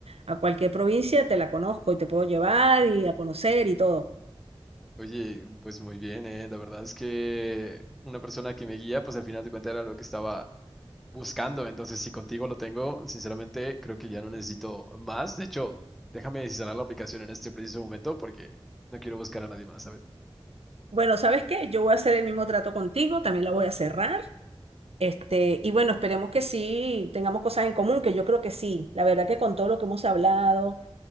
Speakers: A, on the right (about 80°); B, in the centre.
A: a cualquier provincia, te la conozco y te puedo llevar y a conocer y todo.
B: oye, pues muy bien, ¿eh? La verdad es que una persona que me guía, pues al final de cuentas era lo que estaba buscando. Entonces, si contigo lo tengo, sinceramente creo que ya no necesito más. De hecho, déjame desinstalar la aplicación en este preciso momento porque no quiero buscar a nadie más, ¿sabes?
A: Bueno, ¿sabes qué? Yo voy a hacer el mismo trato contigo, también la voy a cerrar, este, y bueno, esperemos que sí, tengamos cosas en común, que yo creo que sí, la verdad que con todo lo que hemos hablado